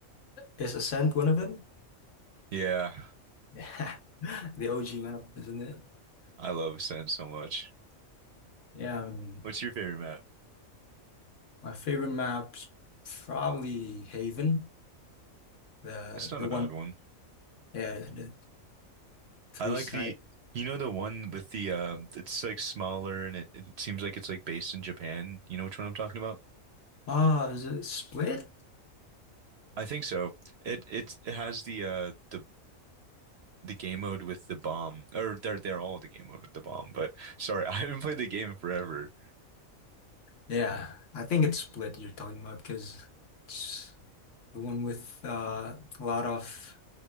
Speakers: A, on the left; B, on the right.
A: Is Ascent one of them?
B: Yeah.
A: Yeah, <laughs> the OG map, isn't it?
B: <laughs> I love sand so much.
A: Yeah, um,
B: What's your favorite map?
A: my favorite map's probably Haven, the
B: It's not
A: the
B: a
A: one,
B: bad one.
A: yeah, the three
B: I like
A: side.
B: the you know the one with the um it's like smaller and it, it seems like it's like based in Japan. You know which one I'm talking about?
A: Ah, is it Split?
B: I think so. It it it has the uh the the game mode with the bomb, or they're they're all the game mode with the bomb. But sorry, <laughs> I haven't played the game in forever.
A: Yeah, I think it's Split you're talking about because it's the one with uh, a lot of